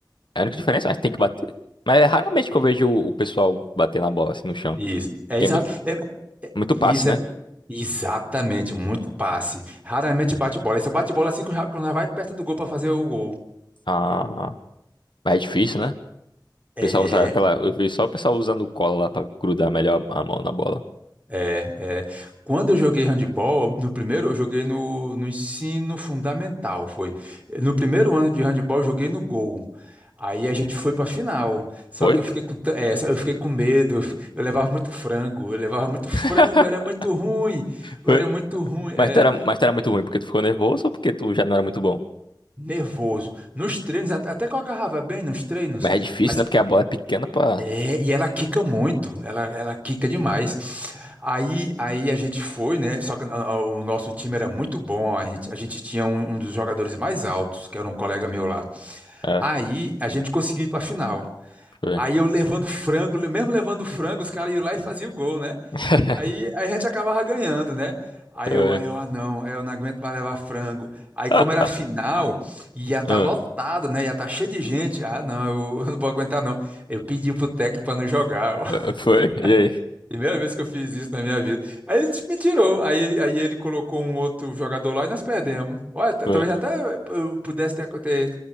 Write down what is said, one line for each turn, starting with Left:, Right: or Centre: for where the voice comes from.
Left: É a única diferença, mas tem que bater. Mas é raramente que eu vejo o, o pessoal bater na bola assim no chão.
Right: Isso, é
Left: Que
Right: exato.
Left: é mui-
Right: é-
Left: muito
Right: isso
Left: passe, né?
Right: é exatamente muito passe. Raramente bate bola. Esse bate bola assim que já, quando já vai perto do gol para fazer o gol.
Left: Ah, mas é difícil, né?
Right: É,
Left: O pessoal usa aquela. Eu vi só o pessoal usando cola lá pra grudar melhor a a mão na bola.
Right: é, é. Quando eu joguei handebol, no primeiro eu joguei no, no ensino fundamental, foi. No primeiro ano de handebol eu joguei no gol. Aí a gente foi pra final. Só
Left: Foi?
Right: que eu fiquei com, tan- é, só- eu fiquei com medo. Eu, fi- eu levava muito frango. Eu levava muito
Left: <laughs>
Right: frango, eu era muito ruim. Eu
Left: Foi.
Right: era muito ruim. é.
Left: Mas tu era, mas tu era muito ruim porque tu ficou nervoso ou porque tu já não era muito bom?
Right: Nervoso. Nos treinos, at- até que eu agarrava bem nos treinos,
Left: Mas é difícil,
Right: mas
Left: né? Porque a bola é pequena pra.
Right: é, e ela quica muito, ela, ela quica demais. Aí, aí a gente foi, né? Só que ah, ah, o nosso time era muito bom, a gente, a gente tinha um, um dos jogadores mais altos, que era um colega meu lá.
Left: É,
Right: Aí a gente conseguiu ir para a final.
Left: foi.
Right: Aí eu levando frango, mesmo levando frango, os caras iam lá e faziam o gol, né?
Left: <laughs>
Right: Aí, aí a gente acabava ganhando, né? Aí
Left: É.
Right: eu, aí eu, ah não, aí eu não aguento mais levar frango. Aí
Left: Ah,
Right: como era final, ia estar
Left: ah,
Right: lotado, né? Ia estar cheio de gente. Ah não, eu <laughs> não vou aguentar não. Eu pedi pro técnico pra não jogar, ó. <laughs>
Left: ah, foi? E aí?
Right: Primeira vez que eu fiz isso na minha vida. Aí ele me tirou. Aí, aí ele colocou um outro jogador lá e nós perdemos. Olha, t-
Left: Foi.
Right: talvez até eu pudesse ter, ter,